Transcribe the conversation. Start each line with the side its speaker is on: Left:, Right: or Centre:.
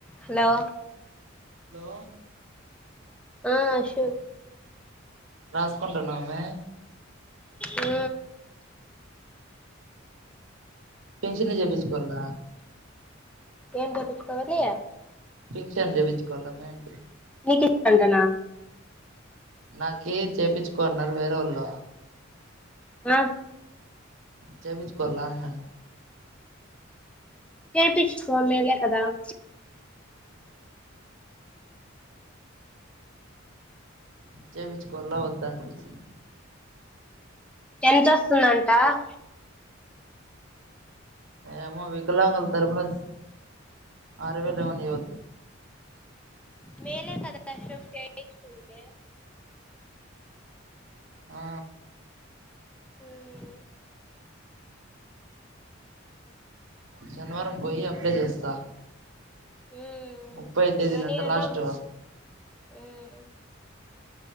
Centre: Hello.
Right: Hello
Centre: ఆ అషూ.
Right: రాసుకుంటున్నావ అమ్మి
Centre: అ
Right: ఫింక్షన్ జేబిచుకోల్లా.
Centre: ఏం జేపిచ్చుకోవాలి.?
Right: ఫింక్షన్ జేపిచు. కోల్లమే ఆన్టి.
Centre: నీకు <unintelligible>
Right: నాకీ చేపిచ్చుకోన్నారు వేరే వొళ్ళు.
Centre: ఆ.
Right: చెపిచ్చుకోల్ల అంటాన్న.
Centre: చెపిచ్చుకో మేలే కదా. !
Right: చెపిచుకోల్న వద్ద్ దా అన్పిచిం.
Centre: ఎంతొస్తుందంటా.? !
Right: ఏమో వికలాంగుల్ తరపునా అరవేలెవన్న ఇవ.
Centre: మేలే కద అశోక్ చేచ్కుంట
Right: ఆ
Centre: హ్మ్మ్
Right: శనివారం పోయి అప్లై చేస్తా
Centre: మ్మ్
Right: ముప్పై తేదీన
Centre: మనీ
Right: అంటా
Centre: అన్నా
Right: లాస్ట్
Centre: మ్మ్